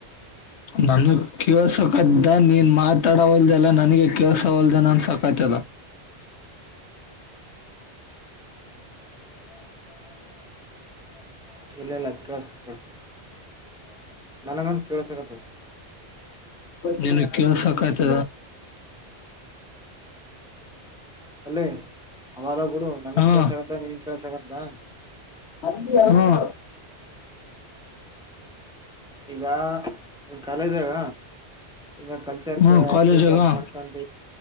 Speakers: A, on the left; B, in the centre.
A: ನನ್ ಕೇಳಸಕ್ದ ನೀನ್ ಮಾತಾಡವಲ್ದೆಲ್ಲಾ ನನಗೆ ಕೇಳಸಾ ವಲ್ದ ಏನ್ ಅನ್ಸಾಕತದ <unintelligible> <unintelligible> <unintelligible> <unintelligible>
B: ಇಲ್ಲ ಇಲ್ಲ ಕೇಳಸ್ತ ಬಿಡ ನನಗಂತ ಕೇಳ್ಸಕತ್ತದ
A: ನಿಂಗ್ ಕೇಳಿಸಿಕತ್ತದ
B: ಅಲ್ಲೇ ಅವಗಾರ ಬಿುಡು ನನಗ್
A: ಹಾ
B: ಕೇಳಿಸಿ ಕತ್ತದ ನಿಂಗ್ ಕೆೇಳಳ್ಸಕತ್ತದ
A: ಹ್ಮ್ಮ್.
B: ಈಗ ನಿಮ್ ಕಾಲೇಜ್ ದಾಗ ಈಗ ಕಲ್ಚರ್
A: ಹ್ಮ
B: ಕ
A: ಕಾಲೇಜಾಗ
B: ಆಕ್ಟಿವಿಟಿ ಅದ್ ಮಾಡ್ತಾಂತ